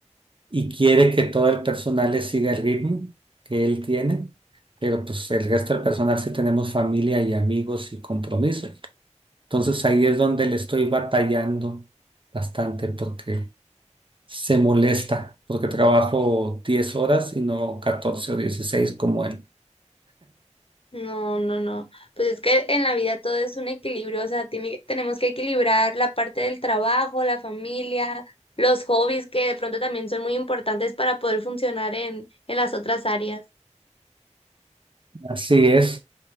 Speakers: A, on the right; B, on the left.
A: y quiere que todo el personal le siga el ritmo que él tiene, pero pues el resto del personal sí tenemos familia y amigos y compromisos. Entonces ahí es donde le estoy batallando bastante porque se molesta, porque trabajo 10 horas y no 14 o 16 como él.
B: no, no, no. Pues es que en la vida todo es un equilibrio, o sea, tiene- que- tenemos que equilibrar la parte del trabajo, la familia, los hobbies que de pronto también son muy importantes para poder funcionar en, en las otras áreas.
A: Así es.